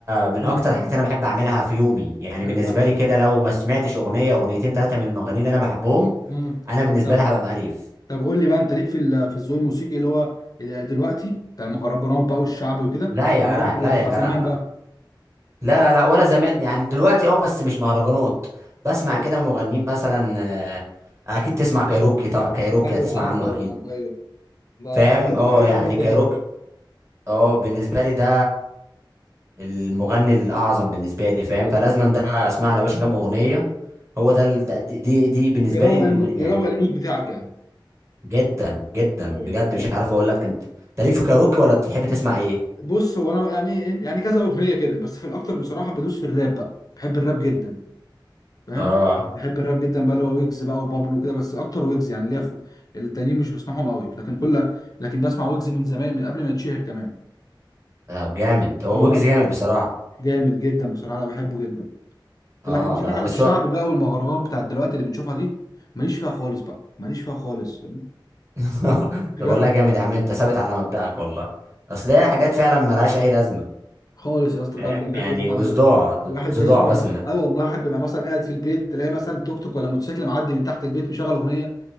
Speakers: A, on the right (about 35°); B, on the left (about 45°).
A: من
B: امم
A: اكتر حاجات انا بحب اعملها في يومي يعني
B: ايوه
A: بالنسبة
B: يعني
A: لي كده لو ما سمعتش اغنية اغنيتين ثلاثة من المغنيين اللي انا بحبهم
B: امم
A: انا بالنسبة
B: طب
A: لي هبقى مقريف
B: طب قول لي بقى انت ليك في ال- في الذوق الموسيقي اللي هو دلوقتي بتاع المهرجانات بقى والشعبي وكده
A: لا يا
B: ولا
A: جدع لا
B: ولا بتاع
A: يا جدع
B: زمان
A: لا
B: بقى
A: لا لا لا ولا زمان يعني دلوقتي اه بس مش مهرجانات بسمع
B: ايوه
A: كده مغنيين مثلا آه، اكيد تسمع كايروكي طبعا كايروكي
B: ايوه
A: هتسمع
B: عارفه
A: عنه
B: آه،
A: اكيد
B: ايوه ده
A: فاهم اه
B: بحبه
A: يعني
B: جدا
A: كايروكي
B: ده برضه
A: اه بالنسبه لي ده المغني الاعظم بالنسبه لي فاهم
B: ايوه
A: فلازما ده اسمع له يا باشا كام اغنيه هو
B: بز-
A: ده ال- ده- دي دي دي بالنسبه
B: بيروق
A: لي الم-
B: الم...
A: يعني
B: بيروق المود بتاعك يعني
A: جدا جدا
B: ايوه
A: بجد مش
B: طب
A: عارف اقول لك انت انت ليك في كايروكي ولا بتحب تسمع ايه
B: بص هو انا بقى يعني إيه، يعني كذا اغنيه كده بس في الاكتر بصراحه بدوس في الراب بقى بحب الراب جدا فاهم
A: اه
B: بحب الراب جدا بقى اللي هو ويجز بقى وبابلو وكده بس اكتر ويجز يعني ليا فوق التانيين مش بسمعهم قوي لكن كل لكن بسمع ويجز من زمان من قبل ما يتشهر كمان
A: طب جامد هو
B: اه
A: ويجز
B: لا بس
A: جامد بصراحه
B: جامد جدا بصراحه انا بحبه جدا
A: اه
B: لكن بصراحه
A: لا لا بس
B: الشعب
A: هو
B: بقى والمهرجانات بتاعت دلوقتي اللي بنشوفها دي ماليش فيها خالص بقى ماليش فيها خالص فاهم؟
A: <laughs> طب
B: بجد
A: والله جامد يا عم انت ثابت على مبدأك والله اصل هي حاجات فعلا ملهاش اي لازمه
B: خالص يا اسطى
A: فاهم
B: بجد واحد
A: يعني
B: بيسمع
A: وصداع
B: ده واحد
A: صداع
B: بيسمع
A: بس من الآخر.
B: ايوه والله واحد بيبقى مثلا قاعد في البيت تلاقي مثلا توك توك ولا موتوسيكل معدي من تحت البيت مشغل اغنيه